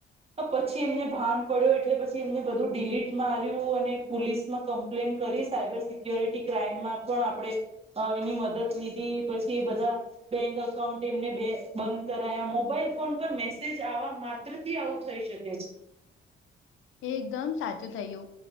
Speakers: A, on the right; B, on the left.
A: પછી એમને ભાન પડ્યો એટલે પછી એમને બધું ડીલીટ માર્યું અને પોલીસ માં કમ્પ્લેન કરી સાયબર સિક્યોરિટી ક્રાઈમમાં પણ આપણે અ એની મદદ લીધી પછી એ બધા બેંક અકાઉન્ટ તેમને બે બંધ કરાયા મોબાઈલ ફોન પર મેસેજ આવા માત્રથી આવું થઈ શકે
B: એગમ સાચું થયું